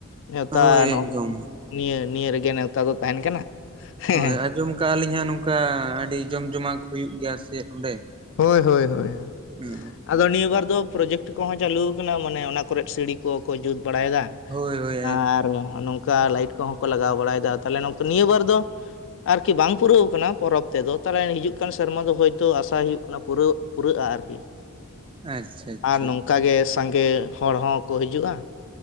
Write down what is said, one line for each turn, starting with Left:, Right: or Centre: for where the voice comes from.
Left: ᱱᱮᱣᱛᱟ
Right: ᱦᱳᱭ
Left: ᱱᱚᱝ
Right: ᱮᱠᱫᱚᱢ
Left: ᱱᱤᱭᱟᱹ, ᱱᱤᱭᱟᱹ ᱨᱮᱜᱮ ᱱᱮᱣᱛᱟ ᱫᱚ ᱛᱟᱦᱮᱸᱱ ᱠᱟᱱᱟ? ᱦᱮᱸ
Right: ᱦᱳᱭ
Left: ᱦᱮᱸ
Right: ᱟᱸᱡᱚᱢ ᱟᱠᱟᱜ ᱟᱹᱞᱤᱧ ᱦᱟᱸᱜ ᱱᱚᱝᱠᱟ ᱟᱹᱰᱤ ᱡᱚᱢ ᱡᱚᱢᱟᱠ ᱦᱩᱭᱩᱜ ᱜᱮᱭᱟ ᱥᱮᱫ ᱚᱸᱰᱮ?
Left: ᱦᱳᱭ ᱦᱳᱭ ᱦᱳᱭ ᱦᱳᱭ ᱾
Right: ᱦᱩᱸ,
Left: ᱟᱫᱚ ᱱᱤᱭᱟᱹ ᱵᱟᱨ ᱫᱚ ᱯᱨᱚᱡᱮᱠᱴ ᱠᱚᱦᱚᱸ ᱪᱟᱹᱞᱩ ᱣᱟᱠᱟᱱᱟ ᱢᱟᱱᱮ ᱚᱱᱟ ᱠᱚᱨᱮᱫ ᱥᱤᱲᱤ ᱠᱚ ᱠᱚ ᱡᱩᱛ ᱵᱟᱲᱟᱭᱮᱫᱟ
Right: ᱦᱳᱭ
Left: ᱾
Right: ᱦᱳᱭ
Left: ᱟᱨ ᱱᱚᱜᱼᱱᱚᱝᱠᱟ ᱞᱟᱹᱭᱤᱴ ᱠᱚᱦᱚᱸ ᱠᱚ ᱞᱟᱜᱟᱣ ᱵᱟᱲᱟᱭᱮᱫᱟ, ᱛᱟᱦᱮᱞᱮ ᱱᱚᱠ ᱱᱤᱭᱟᱹ ᱵᱟᱨ ᱫᱚ ᱟᱨᱠᱤ ᱵᱟᱝ ᱯᱩᱨᱟᱹᱣ ᱟᱠᱟᱱᱟ ᱯᱚᱨᱚᱵᱽ ᱛᱮᱫᱚ, ᱛᱟᱦᱮᱞᱮ ᱦᱤᱡᱩᱜ ᱠᱟᱱ ᱥᱮᱨᱢᱟ ᱫᱚ ᱦᱳᱭᱛᱳ ᱟᱥᱟᱭ ᱦᱩᱭᱩᱜ ᱠᱳᱱᱟ, ᱯᱩᱨᱟᱹᱜ ᱯᱩᱨᱟᱹᱜᱼᱟ ᱟᱨᱠᱤ
Right: ᱟᱪᱪᱷᱟ ᱟᱪᱪᱷᱟ
Left: ᱟᱨ
Right: ᱟᱪᱪᱷᱟ
Left: ᱱᱚᱝᱠᱟ ᱜᱮ ᱥᱟᱸᱜᱮ ᱦᱚᱲ ᱦᱚᱸᱠᱚ ᱦᱤᱡᱩᱜᱼᱟ,